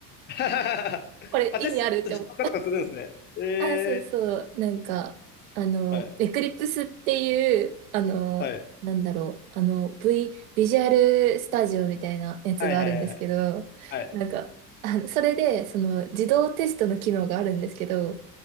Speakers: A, on the left; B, on the right.
A: <laughs>
B: これ意味あるって思う
A: あ、テスト自動化とかするんですね。え
B: あ、そうそう。なんか、あの、
A: ー、はい。
B: エクリプスっていう、あの、
A: はい。
B: なんだろう、あの、V、ビジュアルスタジオみたいなやつがあるんですけど、
A: はいはいはい。はい。
B: なんか、あの、それで、その、自動テストの機能があるんですけど、